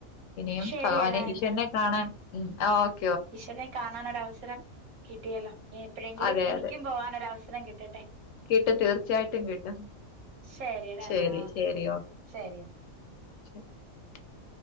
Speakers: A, on the left; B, on the right.
A: ഇനിയും
B: ശരിയടാ
A: ഭഗവാനെ ഈശ്വരനെ
B: എന്നാ
A: കാണാൻ ഉം ആ ഓ
B: ഈശ്വരനെ കാണാനൊരവസരം കിട്ടിയല്ലോ ഇനിഎപ്പഴെങ്കിലും
A: അതെ
B: എനിക്കും
A: അതെ.
B: പോവാനൊരവസരം കിട്ടട്ടെ
A: കിട്ടും തീർച്ചയായിട്ടും കിട്ടും.
B: ശരിടാ
A: ശരി
B: എന്നാ ഓക്കെ
A: ശരി
B: ശരി എന്ന
A: <unintelligible>
B: ഉ